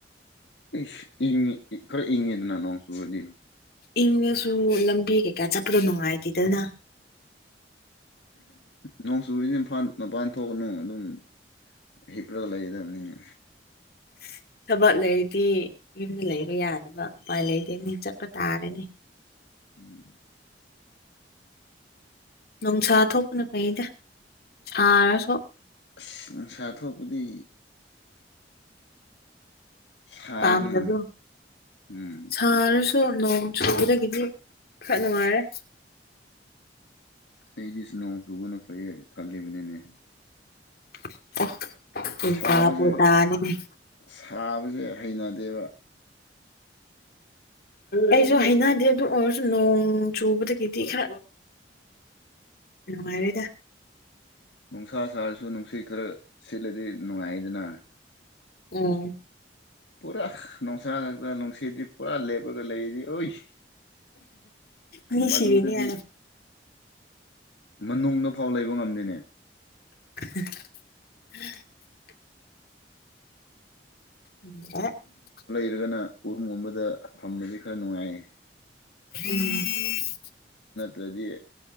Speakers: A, on the left; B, on the left.
A: ꯏꯁ ꯏ ꯈꯔ ꯏꯪꯉꯤꯗꯅ ꯅꯣꯡ ꯆꯨꯔꯗꯤ꯫
B: ꯏꯪꯉꯁꯨ ꯂꯝꯕꯤ ꯀꯩꯀꯥ ꯆꯠꯄꯗꯣ ꯅꯨꯡꯉꯥꯏꯇꯦꯗꯅ꯫
A: ꯅꯣꯡꯆꯨꯔꯗꯤ ꯐꯥꯟ ꯃꯄꯥꯟ ꯊꯣꯛꯀꯅꯨ ꯑꯗꯨꯝ ꯍꯤꯞꯔ ꯂꯩꯒꯗꯕꯅꯤꯅꯦ꯫
B: <inaudible> ꯊꯕꯛ ꯂꯩꯔꯗꯤ ꯌꯨꯝꯗ ꯂꯩꯕ ꯌꯥꯗꯕ ꯎꯄꯥꯏ ꯂꯩꯗꯦꯅꯤ ꯆꯠꯄ ꯇꯥꯔꯅꯤ꯫
A: ꯎꯝ꯫
B: ꯅꯨꯡꯁꯥ ꯊꯣꯛꯄꯅ ꯐꯩꯗ ꯁꯥꯔꯁꯨ꯫
A: ꯑꯁ ꯅꯨꯡꯁꯥ ꯊꯣꯛꯄꯗꯤ ꯁꯥꯏꯗꯅ
B: ꯄꯥꯝꯗꯕꯣ
A: ꯎꯝ
B: ꯁꯥꯔꯁ ꯁꯨ ꯅꯣꯡ ꯆꯨꯕꯗꯒꯤꯗꯤ ꯈꯔ ꯅꯨꯡꯉꯥꯏꯔꯦ꯫
A: ꯑꯩꯗꯤꯁ ꯅꯣꯡ ꯆꯨꯕꯅ ꯐꯩꯌꯦ ꯈꯜꯂꯤꯕꯅꯤꯅꯦ꯫
B: <unintelligible>
A: ꯁꯥꯕꯁꯦ
B: <inaudible>
A: ꯁꯥꯕꯁꯦ ꯍꯩꯅꯗꯦꯕ
B: ꯑꯩꯁꯨ ꯍꯩꯅꯗꯦ ꯑꯗꯨ ꯑꯣꯏꯔꯁꯨ ꯅꯣꯡ ꯆꯨꯕꯗꯒꯤꯗꯤ ꯈꯔ ꯅꯨꯡꯉꯥꯏꯔꯦꯗ꯫
A: ꯅꯨꯡꯁꯥ ꯁꯥꯔꯁꯨ ꯅꯨꯡꯁꯤꯠ ꯈꯔ ꯁꯤꯠꯂꯗꯤ ꯅꯨꯡꯉꯥꯏꯗꯅ꯫
B: ꯎꯝ꯫
A: ꯄꯨꯔꯥ ꯅꯨꯡꯁꯥ ꯈꯛꯇ ꯅꯨꯡꯁꯤꯠꯗꯤ ꯄꯨꯔꯥ ꯂꯦꯞꯔꯒ ꯂꯩꯔꯗꯤ ꯑꯣꯏ꯫
B: ꯃꯤ
A: ꯃꯗꯨꯗꯗꯤ
B: ꯁꯤꯔꯤꯅꯤ ꯍꯥꯏꯌꫭ꯫
A: ꯃꯅꯨꯡꯗ ꯐꯥꯎ ꯂꯩꯕ ꯉꯝꯗꯦꯅꯦ꯫
B: <inaudible> <inaudible>
A: ꯠꯇ꯭ꯔꯒꯅ ꯎꯔꯨꯝꯒꯨꯝꯕꯗ ꯐꯝꯕꯗꯤ ꯈꯔ ꯅꯨꯡꯉꯥꯏ꯫
B: <unintelligible>
A: ꯗꯗꯤ